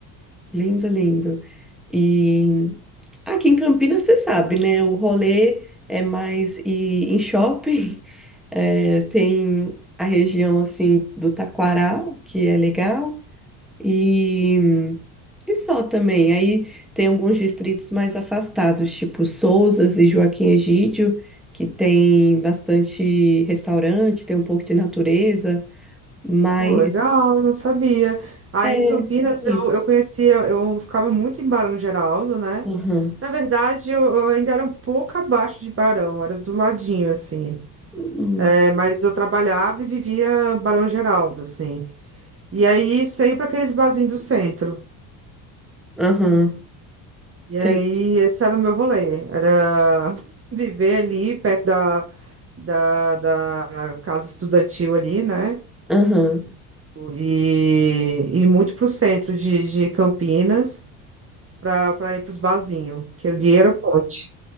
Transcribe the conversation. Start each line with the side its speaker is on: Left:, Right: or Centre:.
Centre: Lindo, lindo. E aqui em Campinas, você sabe, né? O rolê é mais ir em shopping. <laughs> É, tem a região, assim, do Taquaral, que é legal. E, e só também. Aí tem alguns distritos mais afastados, tipo Sousas e Joaquim Egídio, que tem bastante restaurante, tem um pouco de natureza, mas...
Right: Pô, legal, não sabia. Aí
Centre: É,
Right: em Campinas
Centre: bonito.
Right: eu, eu conhecia, eu ficava muito em Barão Geraldo, né?
Centre: Aham.
Right: Na verdade, eu, eu ainda era um pouco abaixo de Barão, era do ladinho, assim.
Centre: Uhum.
Right: É, mas eu trabalhava e vivia Barão Geraldo, assim. E aí sempre aqueles barzinhos do centro.
Centre: Aham.
Right: E aí
Centre: Tem
Right: esse era o meu rolê, era <laughs> viver ali perto da, da, da casa estudantil ali, né?
Centre: Aham,
Right: E, e muito pro centro de, de Campinas. pra, pra ir pros barzinhos, que ali era o ponte.